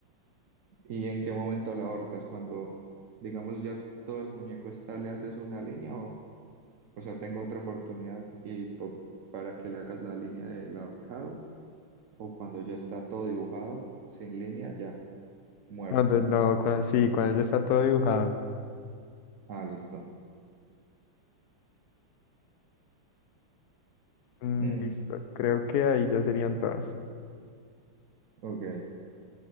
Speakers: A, on the right; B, on the left.
A: ¿Y en qué momento la ahorcas? Cuando, digamos, ya todo el muñeco está, le haces una línea o, o sea, tengo otra oportunidad y po- para que le hagas la línea del ahorcado o cuando ya está todo dibujado, sin línea, ya, muerto.
B: cuando no, cuando, sí, cuando ya está todo dibujado.
A: Ah, listo.
B: Mm,
A: Mm,
B: listo, creo que ahí ya serían todas.
A: ok.